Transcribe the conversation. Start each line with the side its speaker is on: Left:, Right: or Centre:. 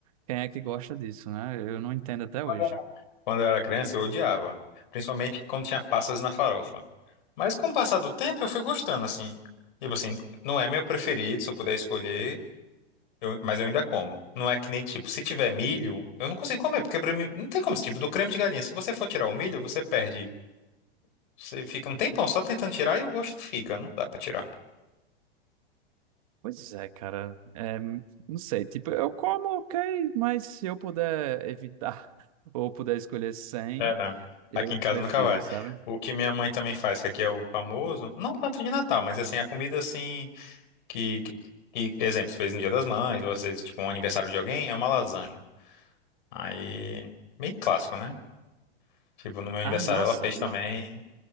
Right: quem é que gosta disso, né? Eu não entendo até
Left: Quando
Right: hoje.
Left: eu era quando eu era criança, eu odiava. Principalmente quando tinha passas na farofa. Mas com o passar do tempo, eu fui gostando, assim. Tipo assim, não é meu preferido, se eu puder escolher. Eu- mas eu ainda como. Não é que nem tipo, se tiver milho, eu não consigo comer, porque pra mim não tem como, tipo, do creme de galinha. Se você for tirar o milho, você perde. Você fica um tempão só tentando tirar e o gosto fica. Não dá pra tirar.
Right: Pois é, cara. É, não sei, tipo, eu como, ok, mas se eu puder evitar <laughs> ou puder escolher sem,
Left: É, não.
Right: eu
Left: Aqui em casa
Right: prefiro,
Left: nunca vai.
Right: sabe?
Left: O que minha mãe também faz, que aqui é o famoso, não tanto de Natal, mas assim, a comida assim, que, que, que, exemplo, fez no Dia das Mães, ou às vezes, tipo, um aniversário de alguém, é uma lasanha. Aí, bem clássico, né? Tipo, no meu aniversário
Right: Ai, nossa,
Left: ela fez
Right: não.
Left: também.